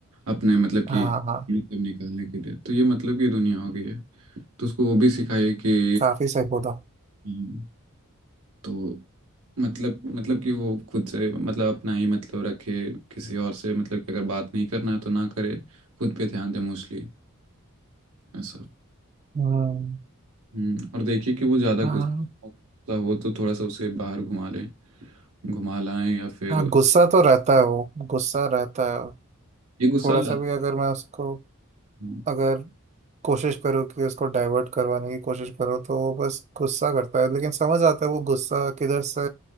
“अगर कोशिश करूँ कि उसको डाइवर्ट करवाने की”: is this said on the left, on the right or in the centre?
Right